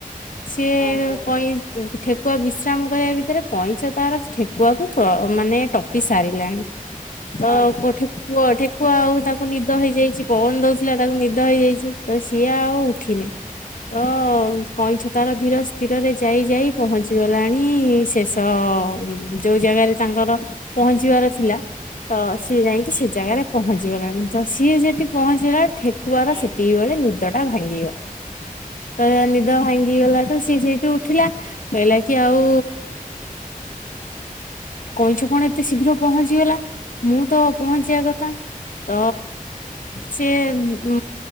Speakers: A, on the left (about 65°); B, on the right (about 40°).
A: ସିଏ
B: ଆଜ୍ଞା
A: କଇଁ ଠେକୁଆ ବିଶ୍ରାମ କରିବା ଭିତରେ କଇଁଛ ତାର ଠେକୁଆକୁ ମାନେ ଟପି ସାରିଲାଣି।
B: <inaudible>
A: ତ ପ
B: ଆଜ୍ଞା ଆଜ୍ଞା
A: ଠେକୁଅ ଠେକୁଆ ଆଉ ତାକୁ ନିଦ ହେଇଯାଇଛି ପବନ ଦଉଥିଲା ତାକୁ ନିଦ ହେଇଯାଇଛି। ତ ସିଏ ଆଉ ଉଠିନି ତ କଇଁଛ ତାର ଧୀର ସ୍ଥିରରେ ଯାଇ ଯାଇ ପହଞ୍ଚି ଗଲାଣି ଶେଷ ଯୋଉ ଜାଗାରେ ତାଙ୍କର ପହଞ୍ଚିବାର ଥିଲା ତ ସିଏ ଯାଇକି ସେ ଜାଗାରେ ପହଞ୍ଚି ଗଲାଣି ତ ସିଏ ସେଠି ପହଞ୍ଚିଲା ଠେକୁଆର
B: ଆଜ୍ଞା ଆଜ୍ଞା।
A: ସେତିକି
B: ଆଜ୍ଞା
A: ବେଳେ ନିଦଟା ଭାଙ୍ଗିଗଲା ତ ନିଦ ଭାଙ୍ଗି ଗଲାଠୁ ସିଏ ସେଠୁ ଉଠିଲା। ବୋଇଲା କି ଆଉ କଇଁଛ କଣ ଏତେ ଶୀଘ୍ର ପହଞ୍ଚିଗଲା ମୁଁ ତ ପହଞ୍ଚିବା କଥା। ତ ସିଏ ଉ